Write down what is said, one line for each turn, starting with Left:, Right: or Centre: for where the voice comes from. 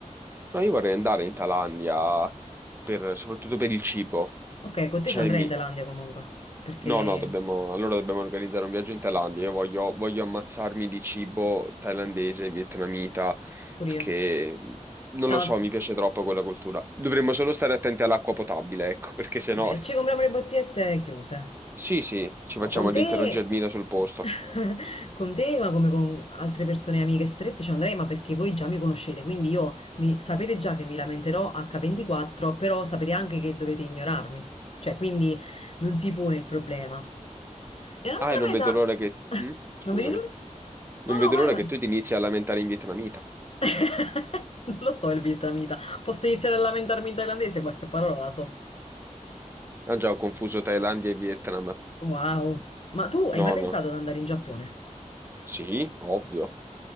Right: No, io vorrei andare in Thailandia per- soprattutto per il cibo.
Left: Ok, con
Right: Cioè,
Left: te ci andrei
Right: mi,
Left: in Thailandia comunque, perché
Right: No, no, dobbiamo, allora dobbiamo organizzare un viaggio in Thailandia. Io voglio, voglio ammazzarmi di cibo thailandese, vietnamita,
Left: pure
Right: perché
Left: io.
Right: non
Left: Eh,
Right: lo
Left: ma
Right: so, mi piace troppo quella cultura. Dovremmo solo stare attenti all'acqua potabile, ecco, perché sennò...
Left: Vabbè, ci compriamo le bottigliette chiuse.
Right: Sì, sì, ci
Left: No,
Right: facciamo
Left: con te,
Right: l'intero germina sul posto.
Left: <laughs> con te, ma come con altre persone amiche strette, ci andrei, ma perché voi già mi conoscete, quindi io mi- sapete già che mi lamenterò H24, però sapete anche che dovete ignorarmi. Cioè, quindi non si pone il problema. E un'altra
Right: Ah, e non
Left: meta...
Right: vedo l'ora che...
Left: <laughs>
Right: mm? Scusami.
Left: Non vedi l'ora?
Right: Non
Left: No, no,
Right: vedo
Left: vai,
Right: l'ora
Left: vai.
Right: che tu ti inizi a lamentare in vietnamita.
Left: <laughs> Non lo so il vietnamita. Posso iniziare a lamentarmi in thailandese? Qualche parola la so.
Right: Ah già, ho confuso Thailandia e Vietnam.
Left: Wow. Ma tu hai
Right: No,
Left: mai pensato
Right: no.
Left: ad andare in Giappone?
Right: Sì, ovvio.